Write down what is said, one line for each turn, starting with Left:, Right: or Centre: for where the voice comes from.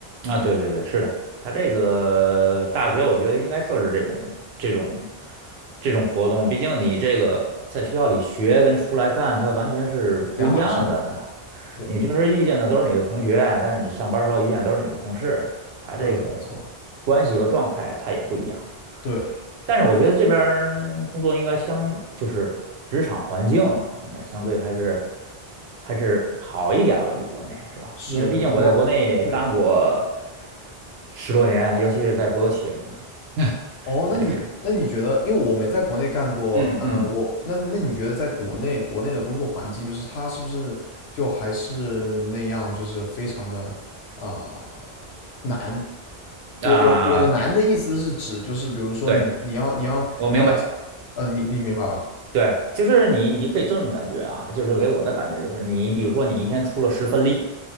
Right: 啊，对对对，是的，他这个大学我觉得应该设置这种这种这种活动，毕竟你这个在学校里学跟出来干，它完全是不一样的。
Left: 两码事儿。对
Right: 你平时遇见的都是你的同学，但是你上班儿时候遇见都是你的同事，他这个关系和状态他也不一样。
Left: 对，没错，对
Right: 但是我觉得这边儿工作应该相，就是职场环境啊，应该相对还是还是好一点儿吧，比国内是吧？
Left: 是国对
Right: 因为毕竟我在国内也干过十多年，尤其是在国有企业里面
Left: 哦。
Right: 他就是
Left: 那你那你觉得，因为我没在国内干过，
Right: 嗯嗯
Left: 呃，我那那你觉得在国内国内的工作环境，就是它是不是就还是那样，就是非常的呃难？我我的我的难的意思是指就是比如说你你要你要你要
Right: 啊，对，我明白，
Left: 呃你你明白吧？
Right: 对，就是你你可以这么感觉啊，就是给我的感觉就是你比如说你一天出了十分力，